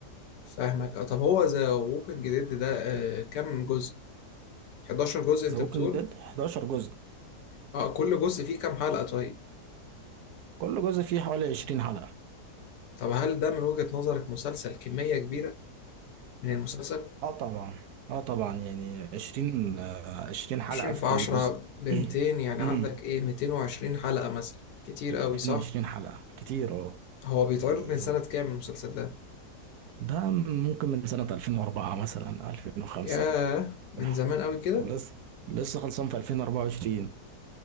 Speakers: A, on the left (about 85°); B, on the right (about 75°).
A: فاهمك آه، طب هو ذا ووكينج ديد ده آه، كم جزء 11 جزء
B: ذا
A: انت
B: ووكينج
A: بتقول
B: ديد 11 جزء
A: اه كل جزء فيه كام حلقة طيب
B: كل جزء فيه حوالي 20 حلقة
A: طب هل ده من وجهة نظرك مسلسل كمية كبيرة من المسلسل
B: اه طبعا اه طبعا يعني عشرين آه، عشرين حلقة
A: عشرين
B: في
A: في عشرة
B: كل جزء
A: بمتين
B: <clears throat>
A: يعني
B: امم
A: عندك ايه ميتين وعشرين حلقة مثلا كتير
B: 220
A: قوي صح
B: حلقة كتير اه
A: هو بيتعرض
B: يعني
A: من سنة
B: و-
A: كام المسلسل ده
B: ده ممكن من سنة 2004 مثلا 2005
A: ياه من
B: <laughs>
A: زمان قوي كده
B: ولسه لسه خلصان في 2024